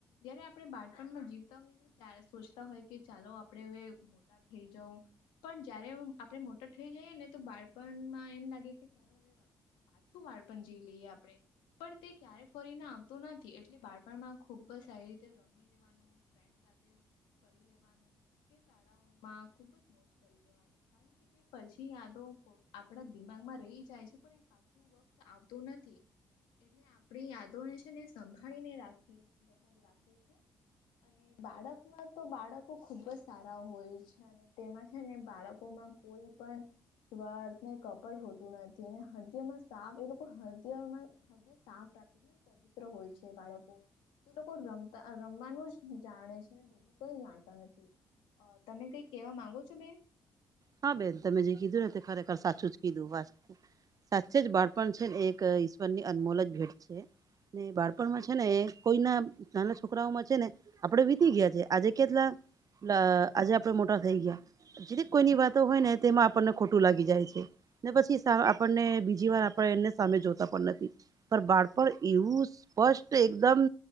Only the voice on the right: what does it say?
હા બેન, તમે જે કીધું ને, તે ખરેખર સાચું જ કીધું વાત. સાચે જ, બાળપણ છે ને એક ઈશ્વર ની અનમોલ જ ભેટ છે. ને બાળપણમાં છે ને, એ કોઈના નાના છોકરાઓમાં છે ને આપડે વીતી ગયા છે. આજે કેટલા આજે આપડે મોટા થઈ ગયા, જે કોઈની વાતો હોય ને, તેમાં આપણને ખોટું લાગી જાય છે. ને પછી, સા, આપણને બીજી વાર આપણે એને સામે જોતા પણ નથી. પર બાળપણ એવું સ્પષ્ટ એકદમ.